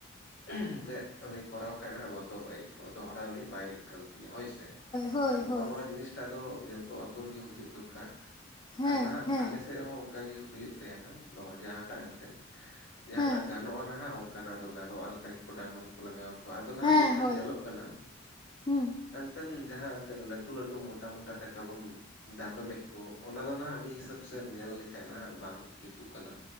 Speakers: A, on the left; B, on the left.
A: ᱮᱱᱛᱮᱜ ᱩᱱᱤ ᱠᱚᱨᱟᱣ ᱠᱷᱟᱡ ᱱᱟᱦᱟᱜ ᱵᱚᱛᱚᱨᱚᱜ-ᱟᱭ ᱟᱹᱭᱠᱟᱹᱣ-ᱟ ᱫᱚᱦᱚᱲᱟ ᱩᱱᱤ ᱵᱟᱭ ᱜᱟᱹᱞᱛᱤᱭᱟ ᱦᱳᱭ ᱥᱮ᱾ ᱨᱮ,
B: ᱦᱳᱭ
A: ᱱᱚᱜ-ᱚ ᱛᱚ, ᱱᱚᱜ-ᱱᱚᱣᱟ
B: ᱦᱳᱭ
A: ᱱᱚᱣᱟ ᱡᱤᱱᱤᱥᱴᱟᱜ ᱫᱚ ᱡᱚᱛᱚ ᱟᱛᱳ ᱨᱮᱜᱮ ᱦᱩᱭᱩᱜ ᱫᱚᱨᱠᱟᱨ᱾
B: ᱦᱮᱸ
A: ᱟᱨ ᱱᱟᱦᱟᱜ
B: ᱦᱮᱸ
A: ᱟᱞᱮ ᱥᱮᱫ ᱦᱚᱸ ᱚᱝᱠᱟᱜᱮ ᱦᱩᱭᱩᱜ ᱛᱟᱦᱮᱱᱟ ᱱᱚᱜ-ᱚᱭ ᱡᱟᱦᱟᱸᱴᱟᱜ ᱮᱱᱛᱮᱫ᱾ ᱡᱟᱦᱟᱸᱴᱟᱜ
B: ᱦᱮᱸ
A: ᱜᱟᱱᱚᱜ-ᱟ ᱱᱟᱦᱟᱜ ᱚᱝᱠᱟᱱᱟᱜ ᱫᱚ ᱜᱟᱱᱚᱜ-ᱟ ᱞᱮᱠᱟ ᱜᱮᱠᱚ ᱰᱟᱸᱰᱚᱢ ᱠᱚ ᱞᱟᱜᱟᱣ ᱠᱚᱣᱟ᱾ ᱟᱫᱚ ᱱᱟᱦᱟᱜ
B: ᱦᱮᱸ
A: ᱢᱤᱫᱴᱮᱱ
B: ᱦᱳᱭ
A: ᱧᱮᱞᱚᱜ ᱠᱟᱱᱟ,
B: ᱦᱩᱸ
A: ᱮᱱᱛᱮᱱ ᱡᱟᱦᱟᱸ ᱮᱱᱛᱮ ᱞᱟᱹ ᱞᱟᱹᱴᱩ ᱞᱟᱹᱴᱩ ᱢᱚᱴᱟ ᱢᱚᱴᱟ ᱴᱟᱠᱟ ᱵᱚᱱ ᱰᱟᱸᱰᱚᱢᱮᱫ ᱠᱚ ᱚᱱᱟ ᱫᱚ ᱱᱟᱦᱟᱜ ᱢᱤᱫ ᱦᱤᱥᱟᱹᱵᱽ ᱥᱮᱢ ᱧᱮᱞ ᱞᱮᱠᱷᱟᱡ ᱱᱟᱦᱟᱜ ᱵᱟᱝ ᱡᱩᱛᱩᱜ ᱠᱟᱱᱟ᱾